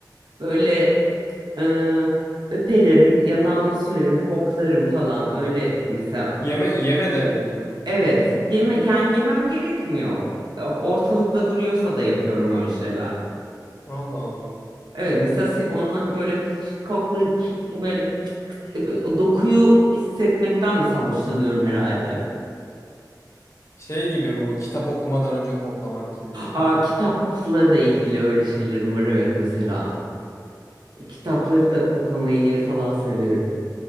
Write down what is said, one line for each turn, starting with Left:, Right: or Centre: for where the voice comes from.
Right: böyle e, öperim, yanağıma sürerim, koklarım falan öyle mesela.
Left: Yeme yemeden önce mi?
Right: Evet, yeme yani yemem gerekmiyor. O- Ortalıkta duruyorsa da yapıyorum öyle şeyler.
Left: Allah Allah.
Right: Evet mesela si- onunla böyle koklar böyle E, O dokuyu hissetmekten mesela hoşlanıyorum herhalde.
Left: Şey gibi mi bu kitap okumadan önce koklamak gibi bir şey
Right: Aa,
Left: mi?
Right: kitapla da ilgili öyle şeylerim var evet mesela. Kitapları da koklamayı falan severim.